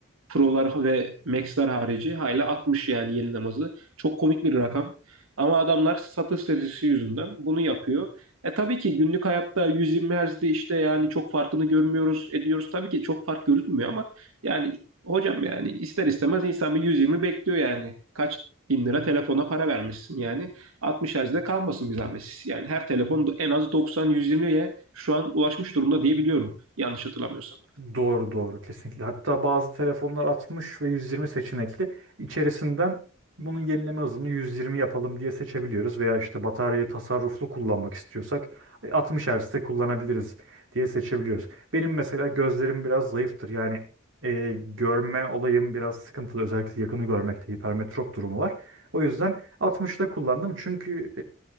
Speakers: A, on the right (about 90°); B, on the right (about 65°).
A: Pro'lar ve maxlar harici hala 60 yani yenileme hızı. Çok komik bir rakam. Ama adamlar satış stratejisi yüzünden bunu yapıyor. E tabii ki günlük hayatta 120 Hz'de işte yani çok farkını görmüyoruz, ediyoruz. Tabii ki çok fark görünmüyor ama yani hocam yani ister istemez insan bir 120 bekliyor yani. Kaç bin lira telefona para vermişsin yani. 60 Hz'de kalmasın bir zahmet. Yani her telefon en az 90-120'ye şu an ulaşmış durumda diye biliyorum. Yanlış hatırlamıyorsam.
B: Doğru doğru kesinlikle. Hatta bazı telefonlar 60 ve 120 seçenekli. İçerisinden bunun yenileme hızını 120 yapalım diye seçebiliyoruz veya işte bataryayı tasarruflu kullanmak istiyorsak e, 60 Hz'de kullanabiliriz diye seçebiliyoruz. Benim mesela gözlerim biraz zayıftır. Yani e, görme olayım biraz sıkıntılı. Özellikle yakını görmekte hipermetrop durumu var. O yüzden 60'da kullandım çünkü